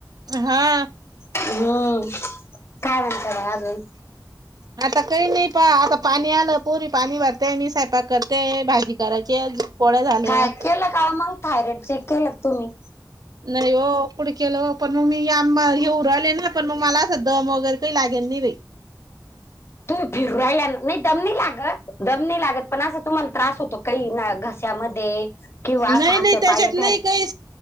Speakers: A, on the right (about 60°); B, on the left (about 35°).
A: हा.
B: हम्म. काय म्हणता मग अजून?
A: आता काही नाही पहा आता पाणी आलं पोरी पाणी भरते. मी स्वयपाक करते भाजी करायची पोळ्या झाल्या
B: काय केलं का मग थायरॉइड चेक केलं तुम्ही?
A: नाही ओ. कुड केलं पण मग मी आंबा हे उ राहिले ना पण मग मला असं दम वगैरे काय लागेल नाही बई.
B: तुम्ही फिरायला नाही दम नई लागत दमनी नई लागत पण असा तुम्हाला त्रास होतो काही ना घशामध्ये किंवा असं
A: नाही
B: हात
A: नाही त्याच्यात
B: पाय ठण
A: नाही काही